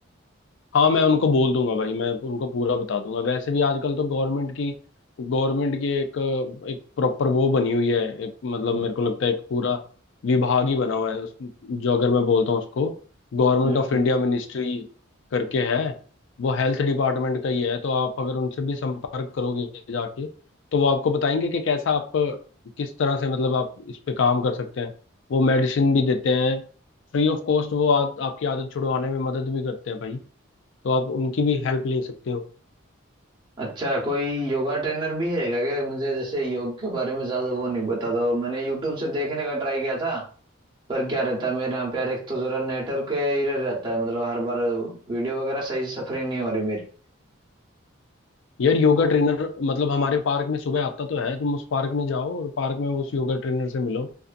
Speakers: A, on the left (about 65°); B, on the right (about 20°).
A: हाँ मैं उनको बोल दूंगा भाई मैं उनको पूरा बता दूंगा वैसे भी आजकल तो गवर्नमेंट की गवर्नमेंट की एक एक प्रॉपर वो बनी हुई है एक, मतलब
B: हम्म
A: मेरे को लगता है एक पूरा विभाग ही बना हुआ है उस- जो अगर मैं बोलता हूँ उसको गवर्नमेंट
B: हम्म
A: ऑफ
B: हम्म।
A: इंडिया मिनिस्ट्री करके है वो हेल्थ डिपार्टमेंट का ही है तो आप अगर उनसे भी संपर्क करोगे जाके तो वो आपको बताएंगे कि कैसा आप किस तरह से मतलब आप इस पे काम कर सकते हैं वो मेडिसिन भी देते हैं फ्री ऑफ कॉस्ट वो आ, आपकी आदत छुड़वाने में मदद भी करते हैं भाई तो आप उनकी भी हेल्प ले सकते हो
B: अच्छा कोई योगा ट्रेनर भी है क्या क्या मुझे जैसे योग के बारे में ज्यादा वो नहीं पता था वो मैंने यूट्यूब से देखने का ट्राई किया था पर क्या रहता है मेरे यहाँ पे यार एक तो जरा नेटवर्क एरर रहता है मतलब हर बार वीडियो वगैरह सही सफरिंग नहीं हो रही मेरी
A: यार योगा ट्रेनर मतलब हमारे पार्क में सुबह आता तो है तुम उस पार्क में जाओ और पार्क में उस योगा ट्रेनर से मिलो